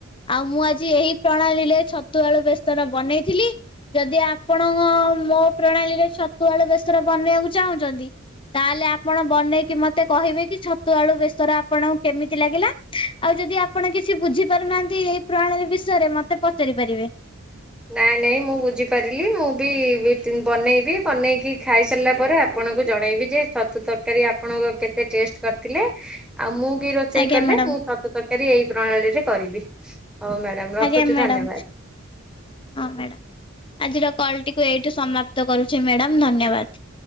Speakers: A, on the left; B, in the centre.
A: ଆଉ ମୁଁ ଆଜି ଏହି ପ୍ରଣାଲିଲେ ଛତୁ ଆଳୁ ବେସର ବନେଇଥିଲି। ଯଦି ଆପଣଙ୍କ ମୋ ପ୍ରଣାଳୀରେ ଛତୁ ଆଳୁ ବେସର ବନେଇବାକୁ ଚାହୁଁଚନ୍ତି ତାଲେ ଆପଣ ବନେଇକି ମତେ କହିବେ କି ଛତୁ ଆଳୁ ବେସର ଆପଣଙ୍କୁ କେମିତି ଲାଗିଲା। ଆଉ ଯଦି ଆପଣ କିଛି ବୁଝିପାରୁନାହାନ୍ତି ଏଇ ପ୍ରଣାଳୀ ବିଷୟରେ ମତେ ପଚାରି ପାରିବେ।
B: ନାଇଁ ନାଇଁ ମୁଁ ବୁଝିପାରିଲି ମୁଁ ବି ବି ତିନ୍ ବନେଇବି ବନେଇକି ଖାଇ ସାରିଲା ପରେ ଆପଣଙ୍କୁ ଜଣେଇବି ଯେ ଛତୁ ତରକାରୀ ଆପଣଙ୍କ କେତେ ଟେଷ୍ଟ କରିଥିଲେ। ଆଉ ମୁଁ ବି ରୋଷେଇ
A: ଆଜ୍ଞା
B: କଲେ
A: ମ୍ୟାଡ଼ାମ
B: ମୁଁ ଛତୁ ତରକାରୀ ଏଇ ପ୍ରଣାଳୀରେ କରିବି। ହଉ ମ୍ୟା
A: ଆଜ୍ଞା
B: ରଖୁଚୁ
A: ମ୍ୟାଡ଼ାମ
B: ଧନ୍ୟବାଦ।
A: ହଁ ମ୍ୟାଡାମ୍ ଆଜିର କଲ୍ ଟିକୁ ଏଇଠୁ ସମାପ୍ତ କରୁଛି ମ୍ୟାଡାମ୍ ଧନ୍ୟବାଦ।